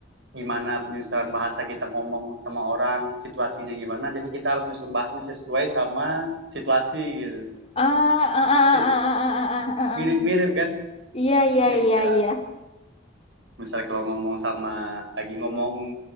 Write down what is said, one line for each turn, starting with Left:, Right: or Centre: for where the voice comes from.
Right: gimana penyusunan bahasa kita ngomong sama orang, situasinya gimana. Jadi kita harus nyusun bahasanya sesuai sama situasi gitu.
Left: Ah, ah, ah,
Right: Eh,
Left: ah, ah, ah, ah, ah,
Right: Mirip-mirip
Left: ah.
Right: kan?
Left: Iya, iya,
Right: Jadi
Left: iya,
Right: ya
Left: iya.
Right: misalnya kalau ngomong sama lagi ngomong